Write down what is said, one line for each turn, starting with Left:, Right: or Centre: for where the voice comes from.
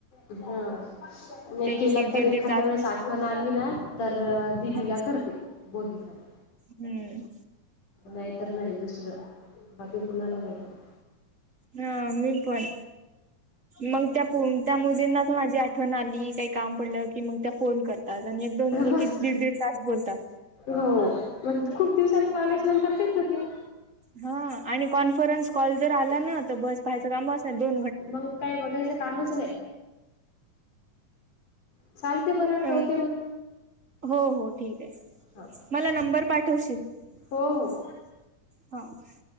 Left: हा, नाही
Right: त्या एक
Left: केला
Right: एक दीड
Left: तर एखांद्या
Right: दीड तास
Left: वेळेस आठ वण आली ना तर्र दिदीला
Right: हा
Left: करते, बोधिकाला.
Right: हम्म
Left: नायी तर नायी दुसरं, बाकी कुणाला नाही करत.
Right: हं मी पण, मंग त्यात कोनत्या मुलींनाच माझी आठवण आली काही काम पडलं की मंग त्या फोन करतात, अन एकदोन ले
Left: बस
Right: दीड दीड तास बोलतात.
Left: हो, मग खूप दिवसांनी लावल्याच्या नंतर तेच होते.
Right: हं आणि कॉन्फरन्स कॉल जर आला ना तर बस. पाह्यचं कामच नाही दोन पा
Left: मंग काय, बघायचं कामच नाही. चालते बरं ठेवते
Right: अ
Left: मग.
Right: हो, हो ठीक आहे,
Left: ह
Right: मला नंबर पाठवशील?
Left: हो, हो.
Right: ह.